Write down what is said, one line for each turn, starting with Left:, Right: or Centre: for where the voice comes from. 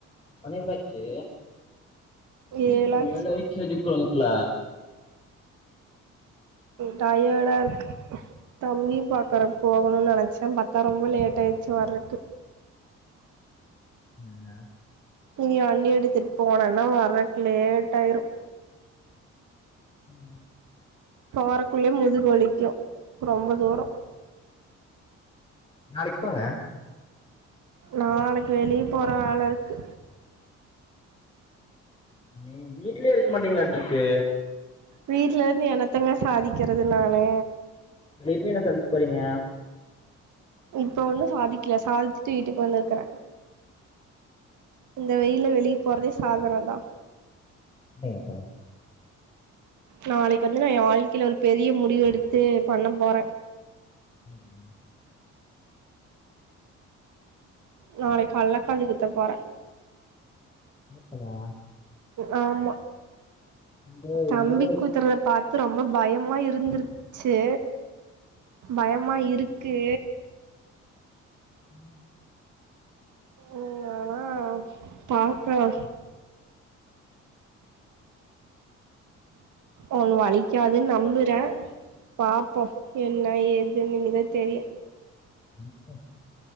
Left: மணி எவ்ளாச்சி <unintelligible>
Right: ஏழாச்சு
Left: ஏழாய்ட்ச்சி ஜிக்குள முக்குள
Right: டயட்டாருக்கு தம்பி பாக்கற போகணு நெனச்ச பத்தா ரொம்ப லேட் ஆயிட்ச்சி வர்றக்கு
Left: <unintelligible>
Right: இனி வண்டி எடுத்துட்டு போனன்னா வர்றக்கு லேட்டாயிரு
Left: ம்
Right: போறக்குள்ளயே முதுகு வலிக்கு ரொம்ப தூரொ
Left: நாளக்கி போங்க
Right: நாளக்கி வெளிய போற வேல இருக்கு
Left: நீ வீட்லயே இருக்க மாட்டீங்களாட்ருக்கு
Right: வீட்ல இருந்து என்னத்தங்க சாதிக்கெறது நானு
Left: வெளிய போய் என்ன சாதிக் போறீங்க
Right: இப்ப ஒண்ணு சாதிக்கில சாதிச்சிட்டு வீட்டுக்கு வந்துருக்குற இந்த வெயில்ல வெளிய போறதே சாதனம்தா
Left: அப்டிங்கப்பா
Right: நாளைக்கு வந்து நா ஏ வாழ்க்கைல ஒரு பெரிய முடிவு எடுத்து பண்ண போற
Left: ம்
Right: நாளைக்கால்ல காது குத்த போற
Left: <unintelligible>
Right: ஆமா
Left: என்ஜாய்
Right: தம்பிக்
Left: என்ஜாய்
Right: குத்துறத பாத்து ரொம்ப பயமா இரு ருந்துருச்சு பயமா இருக்கு
Left: ம்
Right: ஆ ஆனா பாக்லாம் ஒன்னு வலிக்காதுன் நம்புற பாப்போ என்ன ஏதுன் இனிதா தெரியு
Left: உம் ம்